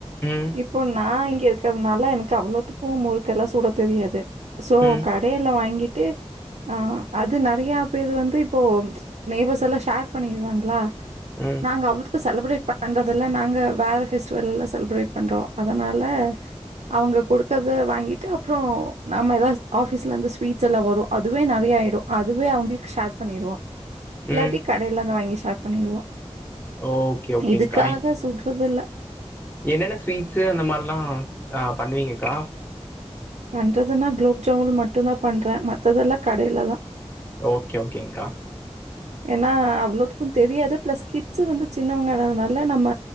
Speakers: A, on the left; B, on the right.
A: ம்
B: இப்போ நா இங்க இருக்கிறதுனால எனக்கு அவ்ளோத்துக்கு முறுக்கெல்லா சுட தெரியாது சோ
A: ம்.
B: பேர்ல்லா வாங்கிட்டு ஆ அது நெறையா பேர் வந்து இப்போ நெய்பர்ஸ் எல்லா ஷேர் பண்ணிற்வாங்களா
A: ம்.
B: நாங்க அவளுக்கு செலிப்ரேட் பண் பண்றதெல்லா நாங்க வேற பெஃஸ்டிவல் எல்லா செலிப்ரேட் பண்றோ அதனால அவங்க குடுக்கறத வாங்கிட் டு அப்றோ நம்ம எதாவ் ஆபீஸ்லேந்து சுவீட்ஸ்ல்லா வரும் அதுவே நெறைய ஆகிடு அதுவே அவ்ங்களுக்கு ஷேர் பண்ணிற்வோ இல்லாட்டி
A: ம்.
B: கடையிலந்து வாங்கி ஷேர் பண்ணிற்வோ
A: ஓகே, ஓகேங்க்கா.
B: இதுக்காக சுற்றுதுல்ல
A: என்னென்ன ஸ்வீட்ஸ்ஸு அந்த மாரிலா அ பண்ணுவீங்கக்கா
B: பண்றதுன்னா குலோப் ஜாமுன் மட்டு தா பண்றே மத்ததெல்லா கடைல தா
A: ஓக்கே ஓகேங்கா
B: ஏன்னா அவ்ளோதுக்கு தெரியாது ப்ளஸ் கிட்ஸ் வந்து சின்னவங்கனதுனால நம்ம